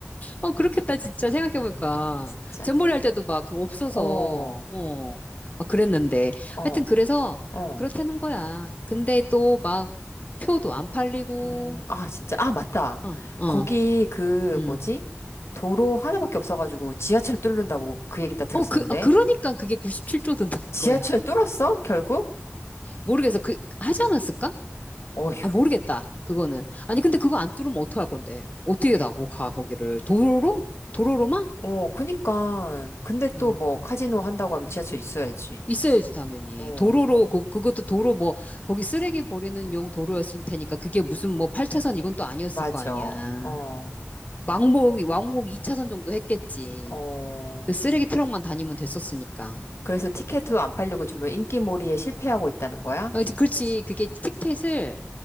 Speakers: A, on the left; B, on the left.
A: 어, 그렇겠다, 진짜, 생각해보니까.
B: 야, 진짜.
A: 잼버리 할 때도 막, 그, 없어서,
B: 어,
A: 어, 막 그랬는데.
B: 어,
A: 하여튼, 그래서,
B: 어.
A: 그렇다는 거야. 근데 또 막, 표도 안 팔리고,
B: 음, 아, 진짜. 아, 맞다.
A: 어, 어,
B: 거기 그
A: 음.
B: 뭐지? 도로 하나밖에 없어가지고 지하철 뚫는다고 그 얘기 다 들었었는데.
A: 어, 그, 아, 그러니까 그게 97조 드는
B: 지하철
A: 거야.
B: 뚫었어? 결국?
A: 모르겠어. 그, 하지 않았을까?
B: 어휴.
A: 아, 모르겠다. 그거는. 아니, 근데 그거 안 뚫으면 어떡할 건데? 어떻게 나가, 거기를? 도로로? 도로로만?
B: 어, 그니까. 근데
A: 어.
B: 또 뭐 카지노 한다고 하면 지하철 있어야지.
A: 있어야지 당연히
B: 어,
A: 도로로 그, 그것도 도로 뭐 거기 쓰레기 버리는 용 도로였을 테니까 그게 무슨 뭐 8차선 이건 또 아니었을
B: 맞아.
A: 거 아니야
B: 어,
A: 왕복 왕복 2차선 정도 했겠지
B: 어.
A: 그 쓰레기 트럭만 다니면 됐었으니까
B: 그래서 티켓도 안 팔려고 정말 인기몰이에 실패하고 있다는 거야?
A: 아, 이제 그렇지 그게 티켓을